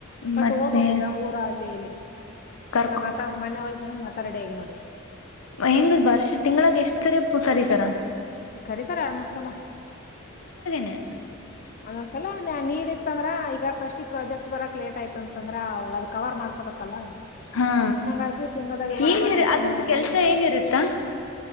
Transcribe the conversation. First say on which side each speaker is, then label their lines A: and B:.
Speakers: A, on the left; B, on the left.
A: but
B: ಮತ್ತೆ
A: ಹೋಗ್ಬೇಕು ಬೆಂಗ್ ೂರು ಅಲ್ಲಿ ಇಲ್ಲಿ
B: ಕರ್ಕೊ
A: ಮತ್ತ ನ ಮ ಮನೆ ಹತಂದ್ರೆ ಮ ಕರಡಗ ನೋಡಿ
B: ಹೆಂಗ್ ಬರ್ಷ ತಿಂಗಗಳ ಎಷ್ಟ್ ಸರಿ ಕರಿತಾರ
A: ಕರೀತಾರ ಎರಡ್ ಮೂರ್ ಸಲ
B: <inaudible>
A: ಒಂದೊಂದ್ಸಲ ನೀಡಿ ಇತ್ಂದ್ರ ಈಗ ಫಸ್ಟ್ ಈ ಪ್ರಾಜೆಕ್ಟ್ ಬರಕ್ ಲೇಟ್ ಆಯ್ತಂತ ಂದ್ರೆ ಅದು ಕವರ್ ಮಾಡ್ಕೊಬತ್ತಲ್ಲ
B: ಹಾ
A: ಹಂಗಾಗಿ ತಿಂಗಳ್ ದಾಗ ಬಡ
B: ಏನಿರ್
A: ಬಡ ಎಷ್ಟೊಂದ
B: ಅದ್ರದ್ದ
A: ದಿನಕ್ಕ
B: ಕೆಲ್ಸ ಏನಿರುತ್ತಾ